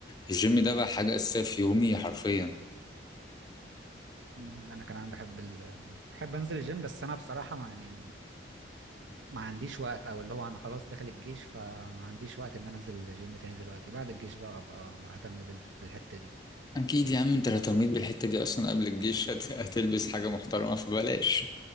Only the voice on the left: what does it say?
الجيم ده بقى حاجة
اساسية في يومي حرفيا
اكيد يا عم انت لو اهتميت بالحتة دي اصلا قبل الجيش هت- هتلبس حاجة محترمة فبلاش